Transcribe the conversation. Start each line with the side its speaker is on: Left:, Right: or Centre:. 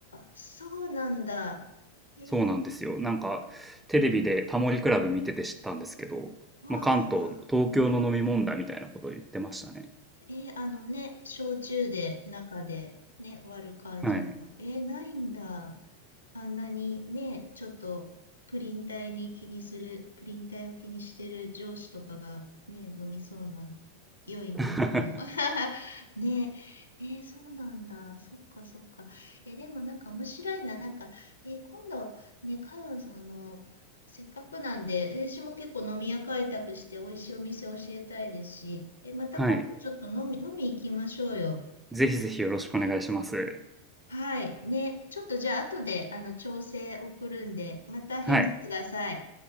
Left: そうなんだ。えー、
Centre: そうなんですよ。なんか、テレビでタモリクラブ見てて知ったんですけど、
Left: わあ。
Centre: まあ、関東、東京の飲み問題みたいなことを言ってましたね。
Left: えーあのね、焼酎で、中でね、割る感じの。
Centre: はい。
Left: えーないんだ。あんなにね、ちょっとプリン体に気にする、プリン体を気にしてる上司とかがね、飲みそうな、良い飲み物。
Centre: <laughs>
Left: <laughs> ねえ、えーそうなんだ。そっかそっか。えーでもなんか面白いな。なんか、えー今度、ね、カノンさん、あの、せっかくなんで、私も結構飲み屋開拓して美味しいお店教えたいですし、えーまた今度ちょっと飲み、
Centre: はい。
Left: 飲み行きましょうよ。
Centre: ぜひぜひよろしくお願いします。
Left: はい。ね。ちょっとじゃあ、後で、あの、調整送るんで、また返事ください。
Centre: はい。